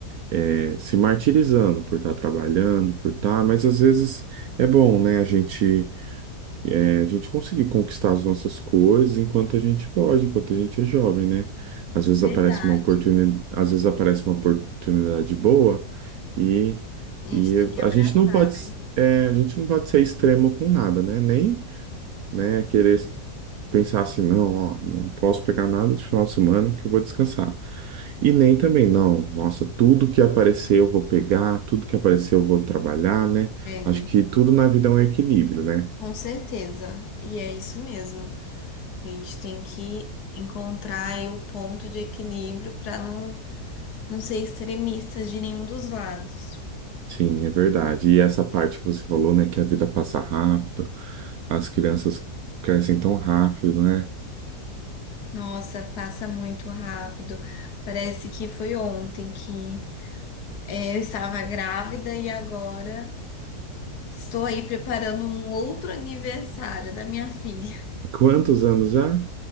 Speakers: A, on the right; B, on the left.
A: é, se martirizando por estar trabalhando, por estar, mas às vezes é bom, né? A gente, é, a gente conseguir conquistar as nossas coisas enquanto a gente pode, enquanto a gente é jovem, né? Às vezes
B: É verdade.
A: aparece uma oportunidade, às vezes aparece uma oportunidade boa e,
B: a gente
A: e
B: tem que abraçar,
A: a gente não pode,
B: né?
A: é, a gente não pode ser extremo com nada, né? Nem, né, querer pensar assim, não, ó, não posso pegar nada de final de semana que eu vou descansar. E nem também, não, nossa, tudo que aparecer eu vou pegar, tudo que aparecer eu vou trabalhar, né? Acho
B: É,
A: que tudo na vida é um equilíbrio, né?
B: com certeza. E é isso mesmo. A gente tem que encontrar aí o ponto de equilíbrio para não, não ser extremista de nenhum dos lados.
A: Sim, é verdade. E essa parte que você falou, né, que a vida passa rápido, as crianças crescem tão rápido, né?
B: Nossa, passa muito rápido. Parece que foi ontem que é, eu estava grávida e agora. Estou aí preparando um outro aniversário da minha filha.
A: Quantos anos já?